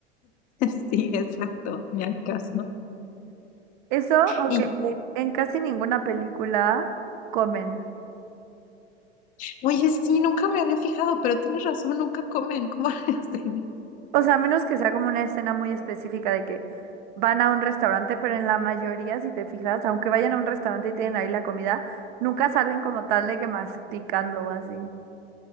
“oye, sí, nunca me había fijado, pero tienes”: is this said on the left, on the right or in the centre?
Left